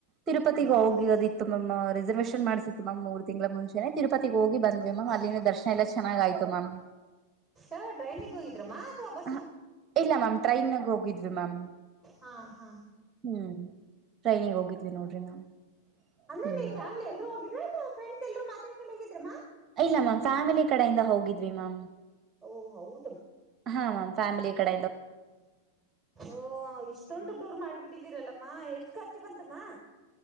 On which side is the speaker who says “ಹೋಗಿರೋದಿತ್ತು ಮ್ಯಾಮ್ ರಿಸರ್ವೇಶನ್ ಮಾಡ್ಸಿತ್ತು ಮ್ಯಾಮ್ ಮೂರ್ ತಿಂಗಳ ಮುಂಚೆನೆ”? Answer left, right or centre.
Right